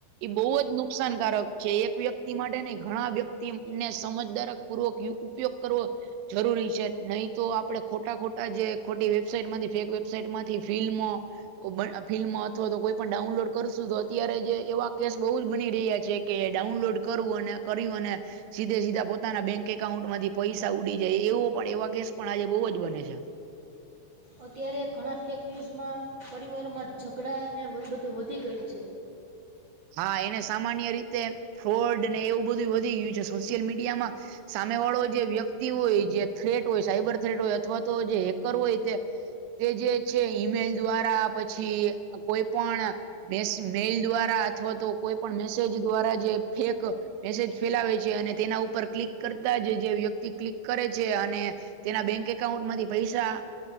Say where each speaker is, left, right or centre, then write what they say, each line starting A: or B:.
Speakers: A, on the right; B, on the right.
A: એ બહુ જ નુકસાનકારક છે એક વ્યક્તિ માટે ને ઘણા વ્યક્તિ ને સમજદારક પુરક ઉપયોગ કરવો. જરૂરી છે નહી તો આપડે ખોટા ખોટા જે ખોટી વેબસાાઈટમાંથી ફેક વેબસાાઈટ માંથી ફિલ્મો ફિલ્મમાં અથવા તો કોઈ પણ ડાઉનલોડ કરશું તો અત્યારે જે એવા કેસ બહુ જ બની રહ્યા છે. કે ડાઉનલોડ કરવું અને કર્યું અને સીધે સીધા પોતાના બેંક એકાઉન્ટ માંથી પૈસા ઉડી જાય એવો પણ એવા કેસ પણ આજે બહુ જ બને છે.
B: અત્યારે ઘણા ફેક ન્યૂઝમાં પરિવારોમાં ઝઘડાને બધું વધી ગયું છે.
A: હા એને સામાન્ય રીતે ફોડ ને એવું બધું વધી ગયું છે સોશિયલ મીડિયામાં સામે વાળો જે વ્યક્તિ હોય જે થ્રેટ હોય સાયબર થ્રેટ હોય અથવા તો જે હેકર હોય તે તે જે છે ઈમેલ દ્વારા પછી કોઈ પણ મે મેઈલ દ્વારા અથવા તો કોઈ પણ મેસેજ દ્વારા જે ફેક મેસેજ ફેલાવે છે અને તેના ઉપર ક્લિક કરતા જ જે વ્યક્તિ ક્લિક કરે છે અને તેના બેંક એકાઉન્ટ માંથી પૈસા